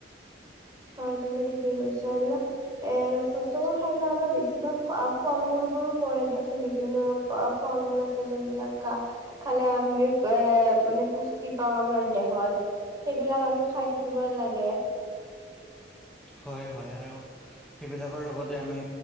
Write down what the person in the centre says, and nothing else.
হয়-হয়। আৰু <unintelligible> সেইবিলাকৰ লগতে আমি